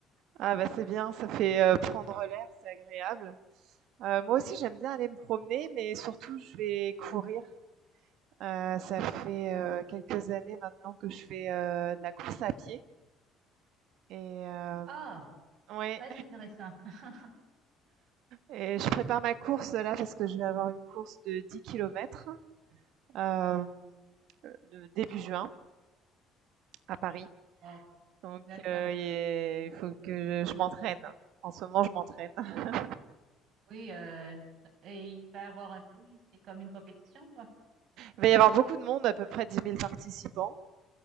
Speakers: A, on the right (about 65°); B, on the right (about 50°).
A: Ah bah c'est bien, ça fait euh, prendre l'air, c'est agréable. Euh, moi aussi j'aime bien aller me promener, mais surtout je vais courir. Euh, ça fait euh, quelques années maintenant que je fais euh, de la course à pied. Et euh,
B: Ah,
A: ouais,
B: très intéressant. <laughs>
A: et je prépare ma course là parce que je vais avoir une course de dix kilomètres. euh, de- début juin à Paris.
B: Oh,
A: Donc,
B: d'accord.
A: euh, et il faut que je m'entraîne. En ce moment, je m'entraîne. <laughs>
B: Oui, euh, et il va avoir un prix. C'est comme une compétition, quoi.
A: Il va y avoir beaucoup de monde, à peu près 10 000 participants.